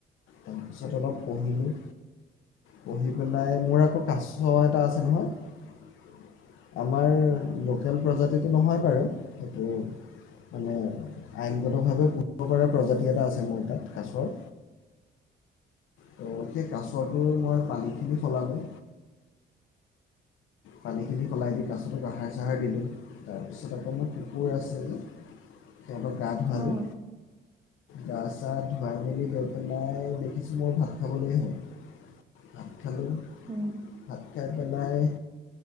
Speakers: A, on the left; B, on the right.
A: তাৰপিছত অলপ পঢ়িলোঁ পঢ়ি পেলাই মোৰ আকৌ কাছ এটা আছে নহয় আমাৰ
B: অ হয়
A: লোকেল
B: নেকি
A: প্ৰজাতিটো নহয় বাৰু এইেইটো মানে আইনগতভাৱে পুহিব পৰা প্ৰজাতি এটা আছে মোৰ তাত কাছৰ ত' সেই কাছটো মই পানীখিনি সলালোঁ পানীখিনি সলাই দি কাছতো কহাৰ চাহাৰ দিলোঁ তাৰপিছত আকৌ মোৰ কুকুৰ আছে যে সিহঁতক গা ধোৱালোঁ
B: অ
A: গা চা ধুৱাই মেলি গৈ পেলাই দেখিছোঁ মই ভাত খাবলৈ হ'ওঁ খালো হয়
B: অ
A: খাই পেলাই